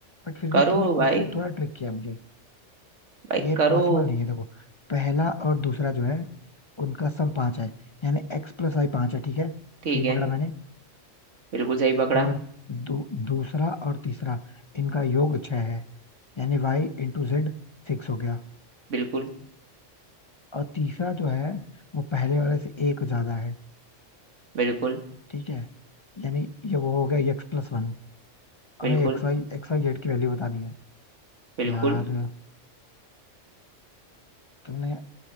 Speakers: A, on the left (about 35°); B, on the right (about 70°).
A: बट फिर
B: करो
A: भी तुमने क्वेश्चन
B: भाई
A: थोड़ा ट्रिक किया मुझे
B: भाई
A: ये
B: करो
A: पॉसिबल नहीं है देखो पहला और दूसरा जो है उनका सम पांच है यानी एक्स प्लस वाई पांच है ठीक है सही
B: ठीक है
A: पकड़ा मैंने
B: बिल्कुल सही पकड़ा
A: और दू, दूसरा और तीसरा इनका योग छह है यानी वाई इंटू जेड सिक्स हो गया
B: बिल्कुल
A: और तीसरा जो है वो पहले वाले से एक ज्यादा है
B: बिल्कुल
A: ठीक है यानी ये वो हो गया एक्स प्लस वन
B: बिल्कुल
A: हमें x y x y z की वैल्यू बतानी है
B: बिल्कुल
A: यार तुमने